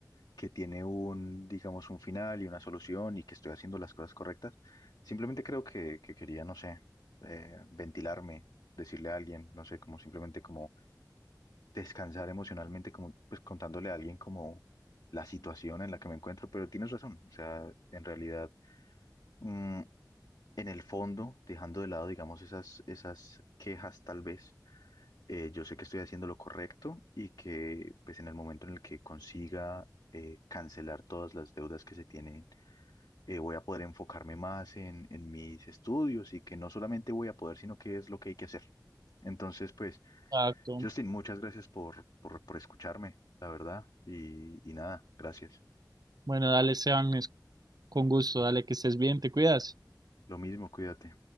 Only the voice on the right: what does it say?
Exacto.
Bueno, dale, Esteban, es con gusto, dale, que estés bien, te cuidas.